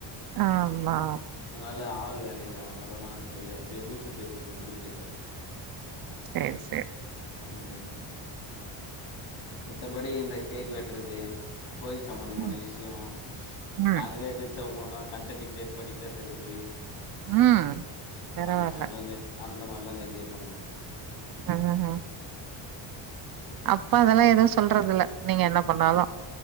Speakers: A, on the right; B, on the left.
A: ஆமா
B: அதனால ஆள் வேற இல்ல அதனாலதா செரி அப்டியே லூஸ் விட்டு வச்சிருக்கோ கிரிக்கெட்ட
A: செர் செர்
B: ம் மித்தபடி இந்த கேக் வெட்றது கோயில் சம்பந்தமான
A: ம்
B: விஷயோ
A: ம்
B: நாங்களே எதச்சா ஓனர் கன்டன்ட்டு கிரியேட் பண்ணி பேசறது
A: ம் பரவால்ல
B: அந்த மாரிலா என்ஜாய் அந்த மாரிலா நெதிய பண்ணுவோ
A: ஹு ஹு அப்பா அதெல்லா எதுவு சொல்றது இல்ல நீங்க என்ன பண்ணாலு